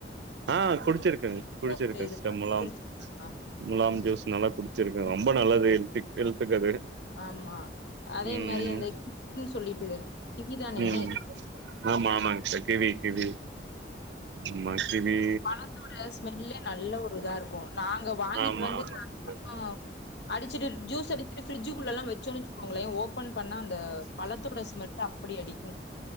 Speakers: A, on the right; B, on the left.
A: ஆஹ் குடிச்சிருக்கேன்
B: உடம்புல
A: குடிச்சிருக்கேன்
B: இதுங்க
A: மூலாம்
B: குளிர்ச்சி ஆ
A: முலாம் ஜூஸ் நல்லா குடிச்சிருக்கேன்
B: ம்.
A: ரொம்ப நல்லது ஹெல்த்து ஹெல்த்துக்கு அது
B: ஆமா அதே
A: ம்
B: மாதிரி அந்த கினு சொல்லிட்டு கிவிதானே
A: ம் ஆமா ஆமாங்க சார் கிவி கிவி ஆமா கிவி
B: பாத்ரூம்ல ஸ்மெல்லே ஒரு நல்ல இதாருக்கும் நாங்க வாங்கிட்டு
A: ஆமா
B: வந்து
A: ஆமா
B: அப்போ
A: சிஸ்டர்
B: அடிச்சிட்டு ஜூஸ் அடிச்சி ஃப்ரிட்ஜ் குல்லல்லாம் வச்சோன்னச்சுக்கோங்களேன் ஓபன் பண்ணா அந்த பழத்தோட ஸ்மெல் அப்படி அடித்